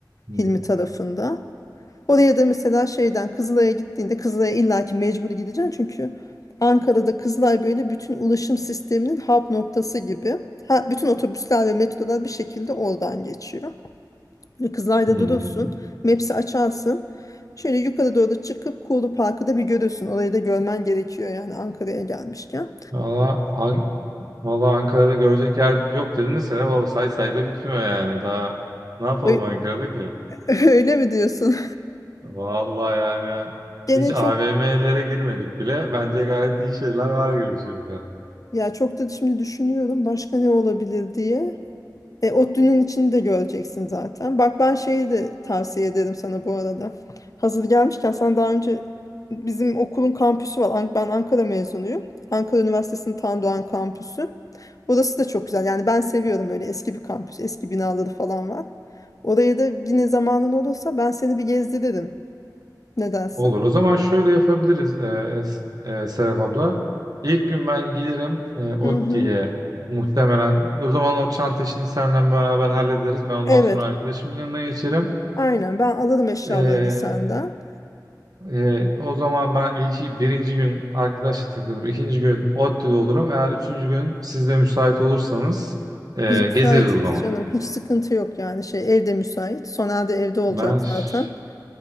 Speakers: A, on the right; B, on the left.
A: Hmm.
B: Hilmi tarafında. Oraya da mesela şeyden Kızılay'a gittiğinde Kızılay'a illaki mecbur gideceksin. Çünkü Ankara'da Kızılay böyle bütün ulaşım sisteminin hub noktası gibi. Ha, bütün otobüsler ve metrolar bir şekilde oradan geçiyor. Böyle Kızılay'da
A: Hmm.
B: durursun. Maps'i açarsın. Şöyle yukarı doğru çıkıp Kuğulu Parkı da bir görürsün. Orayı da görmen gerekiyor yani Ankara'ya gelmişken.
A: Valla An- valla Ankara'da görecek yer yok dedin de Serap abla say say da bitmiyor yani. Daha ne yapalım
B: Ö-
A: Ankara'da ki?
B: <laughs> Öyle mi diyorsun?
A: Valla yani
B: <laughs> Gene
A: hiç AVM'lere
B: çok
A: girmedik bile. Bence gayet iyi şeyler var gibi şimdi.
B: ya çok da şimdi düşünüyorum başka ne olabilir diye. E, ODTÜ'nün içini de göreceksin zaten. Bak ben şeyi de tavsiye ederim sana bu arada. Hazır gelmişken sen daha önce bizim okulun kampüsü var. Ank- Ben Ankara mezunuyum. Ankara Üniversitesi'nin Tan Doğan kampüsü. Orası da çok güzel. Yani ben seviyorum böyle eski bir kampüs. Eski binaları falan var. Oraya da yine zamanın olursa ben seni bir gezdiririm. Ne dersin?
A: Olur. O zaman şöyle yapabiliriz e, Es- e, Serap abla. İlk gün ben gelirim e, ODTÜ'ye
B: Hı hı.
A: muhtemelen. O zaman o çanta işini senden beraber hallederiz. Ben ondan
B: Evet.
A: sonra arkadaşımın yanına geçerim.
B: Aynen ben alırım eşyalarını
A: E,
B: senden.
A: e, o zaman ben ilk birinci gün arkadaşla takılırım. İkinci gün ODTÜ'de olurum. Eğer üçüncü gün siz de müsait olursanız e,
B: Biz müsaitiz
A: gezeriz o zaman.
B: canım. Hiç sıkıntı yok yani şey evde müsait. Sonel de evde olacak
A: Ben
B: zaten.
A: ş-